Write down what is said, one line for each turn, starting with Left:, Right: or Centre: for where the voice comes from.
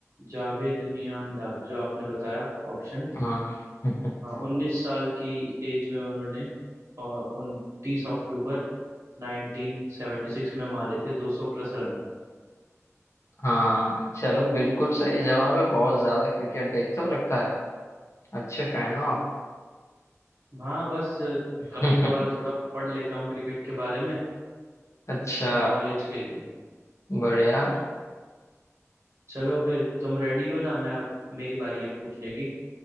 Right: जावेद मियांदाद जो आपने बताया ऑप्शन
Left: हाँ <laughs>
Right: उन्नीस साल की एज में उन्होंने उनतीस अक्टूबर नाइनटीन सेवेंटी सिक्स में मारे थे 200 प्लस रन
Left: हाँ चलो बिल्कुल सही जवाब है बहुत ज्यादा क्रिकेट देखते हो लगता है आप अच्छे फैन हो आप
Right: हाँ बस कभी
Left: <laughs>
Right: कभार थोड़ा पढ़ लेता हूँ क्रिकेट के बारे में
Left: अच्छा
Right: नॉलेज के लिए
Left: बढ़िया
Right: चलो फिर तुम रेडी हो ना मैं अब मेरी बारी है पूछने की